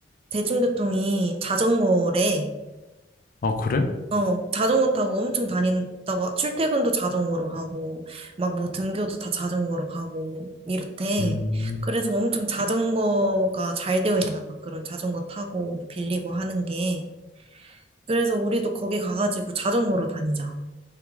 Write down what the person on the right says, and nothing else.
대중교통이 자전거래.
어, 자전거 타고 엄청 다닌다고, 하- 출퇴근도 자전거로 하고, 막 뭐 등교도 다 자전거로 가고, 이렇대.
그래서 엄청 자전거가 잘 되어 있나 봐. 그런 자전거 타고 뭐 빌리고 하는 게. 그래서 우리도 거기 가가지고 자전거로 다니자.